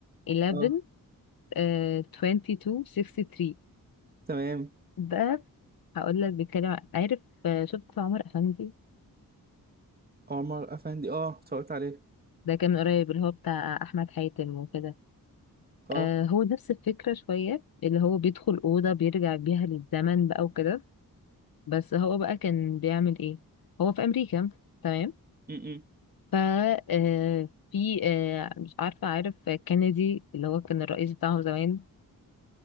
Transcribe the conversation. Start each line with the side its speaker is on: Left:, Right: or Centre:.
Left: 11
Right: اه
Left: آه، 22 63
Right: فاهم
Left: ده هقول لك بيتكلم عن- عارف آه، شفت عمر أفندي
Right: عمر افندي اه اتفرجت عليه
Left: ده كان من قريب اللي هو بتاع أحمد حاتم وكده
Right: اه
Left: آه هو نفس الفكرة شوية اللي هو بيدخل أوضة بيرجع بيها للزمن بقى وكده بس هو بقى كان بيعمل إيه هو في أمريكا تمام
Right: م- م.
Left: ف آه، في آه، مش عارفة عارف كينيدي اللي هو كان الرئيس بتاعهم زمان